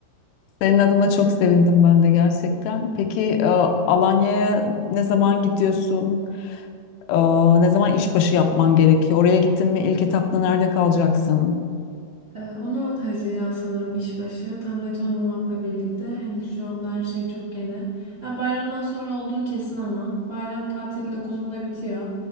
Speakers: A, on the left; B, on the right.
A: Senin adına çok sevindim ben de gerçekten. Peki e, Alanya'ya ne zaman gidiyorsun? Aa, ne zaman işbaşı yapman gerekiyor? Oraya gittin mi ilk etapta nerede kalacaksın?
B: Ee, 16 Haziran sanırım işbaşı. Tam net olmamakla birlikte henüz şu anda her şey çok yeni. Ya bayramdan sonra olduğu kesin ama bayram tatili dokuzunda bitiyor.